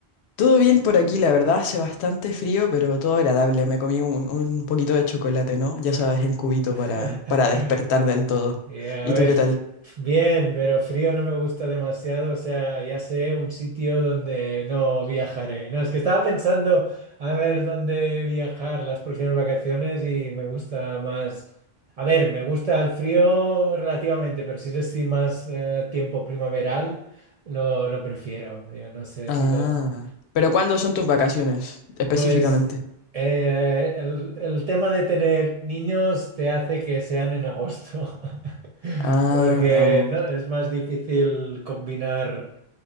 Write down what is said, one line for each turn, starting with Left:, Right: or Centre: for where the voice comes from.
Left: Todo bien por aquí, la verdad, hace bastante frío, pero todo agradable. Me comí un, un poquito de chocolate, ¿no? Ya sabes, en cubito
Right: <laughs>
Left: para, para despertar del todo.
Right: Eh, a
Left: ¿Y
Right: ver,
Left: tú qué
Right: f-
Left: tal?
Right: bien, pero frío no me gusta demasiado, o sea, ya sé un sitio donde no viajaré. No, es que estaba pensando a ver dónde viajar las próximas vacaciones y me gusta más... A ver, me gusta el frío relativamente, pero si es así más eh, tiempo primaveral, lo, lo prefiero. Yo no sé
Left: Ah.
Right: si... dónde
Left: ¿Pero cuándo son tus vacaciones específicamente?
Right: Pues eh, el, el tema de tener niños te hace que sean en agosto, <laughs>
Left: Ah,
Right: porque
Left: agosto.
Right: no, es más difícil combinar,